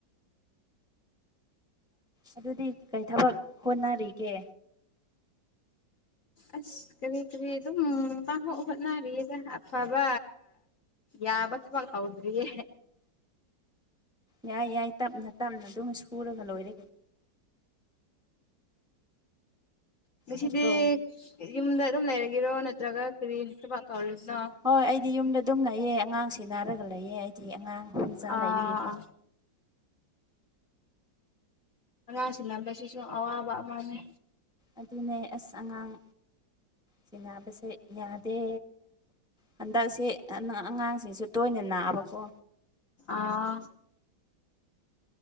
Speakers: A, in the centre; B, on the left (about 50°).
A: ꯑꯗꯨꯗꯤ ꯀꯩ ꯊꯕꯛ ꯍꯣꯠꯅꯔꯤꯒꯦ
B: ꯑꯁ ꯀꯔꯤ ꯀꯔꯤ ꯑꯗꯨꯝ ꯄꯥꯡ ꯍꯣꯛ ꯍꯣꯠꯅꯔꯤꯁ ꯑꯐꯕ ꯌꯥꯕꯁꯕꯥꯛ ꯇꯎꯗ꯭ꯔꯤꯌꯦ
A: ꯌꯥꯏ ꯌꯥꯏ ꯇꯞꯅ ꯇꯞꯅ ꯑꯗꯨꯝ ꯁꯨꯔꯒ ꯂꯣꯏꯔꯦ
B: ꯉꯁꯤꯗꯤ
A: ꯅꯠꯇ꯭ꯔꯣ
B: ꯌꯨꯝꯗ ꯑꯗꯨꯝ ꯂꯩꯔꯒꯤꯔꯣ ꯅꯠꯇ꯭ꯔꯒ ꯀꯔꯤ ꯊꯕꯥꯛ ꯇꯧꯔꯤꯁꯤꯅꯣ
A: ꯍꯣꯏ ꯑꯩꯗꯤ ꯌꯨꯝꯗ ꯑꯗꯨꯝ ꯂꯩꯌꯦ ꯑꯉꯥꯡꯁꯤ ꯅꯥꯔꯒ ꯂꯩꯌꯦ ꯑꯩꯗꯤ ꯑꯉꯥꯡ ꯃꯆꯥ
B: ꯑꯥ....
A: ꯂꯩꯕꯒꯤꯀꯣ
B: ꯑꯉꯥꯡꯁꯤꯡ ꯂꯝꯕꯁꯤꯁꯨ ꯑꯋꯥꯕ ꯑꯃꯅꯤ
A: ꯑꯗꯨꯅꯦ ꯑꯁ ꯑꯉꯥꯡ ꯊꯦꯡꯕꯁꯦ ꯌꯥꯗꯦ ꯍꯟꯗꯛꯁꯦ ꯑꯉꯥꯡꯁꯤꯁꯨ ꯇꯣꯏꯅ ꯅꯥꯑꯕꯀꯣ
B: ꯑꯥ